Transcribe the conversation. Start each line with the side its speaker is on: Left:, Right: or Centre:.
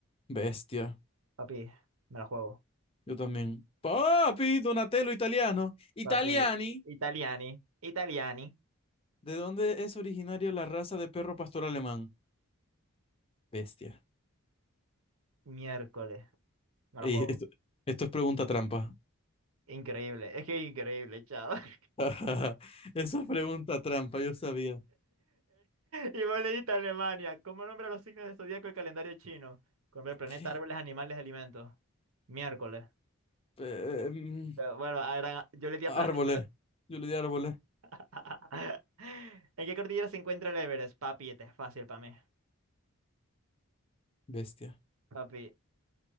Left: Bestia.
Right: Papi, me la juego.
Left: Yo también. Papi, Donatello italiano. Italiani.
Right: Papi, Italiani. Italiani.
Left: ¿De dónde es originario la raza de perro pastor alemán? Bestia.
Right: Miércoles. Me
Left: Ey,
Right: la juego.
Left: esto, esto es pregunta trampa.
Right: Increíble, es que increíble, chao. <laughs>
Left: <laughs> Esa es pregunta trampa, yo sabía.
Right: Y vos leíste Alemania. ¿Cómo nombra los signos del zodiaco el calendario chino? Con el planeta,
Left: ¿Qué?
Right: árboles, animales, alimentos. Miércoles.
Left: Em,
Right: Pero Bueno, ah, era- yo le di a
Left: árboles.
Right: planetas.
Left: Yo le di árboles.
Right: <laughs> ¿En qué cordillera se encuentra el Everest? Papi, este es fácil para mí.
Left: Bestia.
Right: Papi, este,